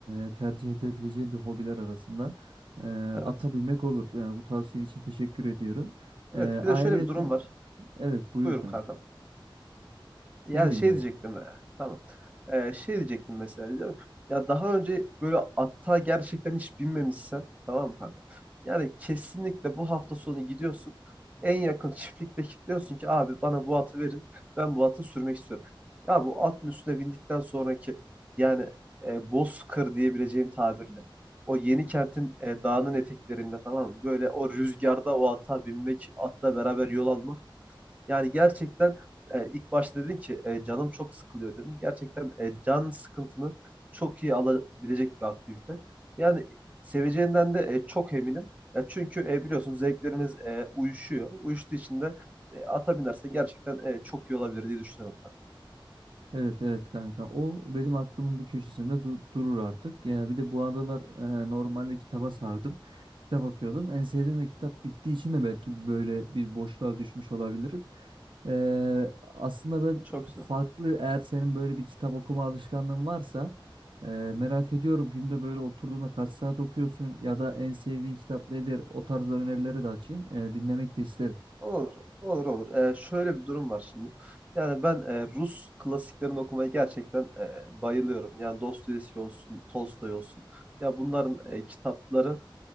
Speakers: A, on the right; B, on the right.
A: e, tercih edebileceğim bir hobiler arasında e,
B: Evet.
A: ata binmek olur. Yani bu tavsiyen için teşekkür ediyorum.
B: Evet
A: Ee,
B: bir
A: ayrıyeten
B: de şöyle bir durum var.
A: evet buyur
B: Buyur
A: kanka.
B: kanka.
A: Seni
B: Yani
A: dinliyorum.
B: şey diyecektim. e, Tamam. Ee, şey diyecektim mesela. diyeceğim, Ya daha önce böyle atta gerçekten hiç binmemişsen tamam mı kanka? Yani kesinlikle bu hafta sonu gidiyorsun. En yakın çiftlikte kilitliyorsun ki abi bana bu atı verin. Ben bu atı sürmek istiyorum. Ya bu atın üstüne bindikten sonraki yani e, bozkır diyebileceğim tabirle. O yeni kentin dağının eteklerinde tamam mı? Böyle o rüzgarda o ata binmek, atla beraber yol almak. Yani gerçekten e, ilk başta dedin ki e, canım çok sıkılıyor dedin. Gerçekten e, can sıkıntını çok iyi alabilecek bir aktivite. Yani seveceğinden de e, çok eminim. Ya çünkü e, biliyorsunuz zevklerimiz e, uyuşuyor. Uyuştuğu için de e, ata binersen gerçekten e, çok iyi olabilir diye düşünüyorum ben.
A: Evet evet kanka o benim aklımın bir köşesinde du- durur artık. Ya bir de bu aralar e, normalde kitaba sardım. Kitap okuyordum. En sevdiğim de kitap bittiği için de belki böyle bir boşluğa düşmüş olabilirim. Eee, aslında ben
B: Çok güzel.
A: farklı eğer senin böyle bir kitap okuma alışkanlığın varsa eee, merak ediyorum günde böyle oturduğunda kaç saat okuyorsun ya da en sevdiğin kitap nedir? O tarzda önerileri de açayım. Eee, dinlemek de isterim.
B: Olur, olur, olur. E, şöyle bir durum var şimdi. Yani ben e, Rus klasiklerini okumaya gerçekten e, bayılıyorum. Yani Dostoyevski olsun, Tolstoy olsun. Ya bunların e, kitapları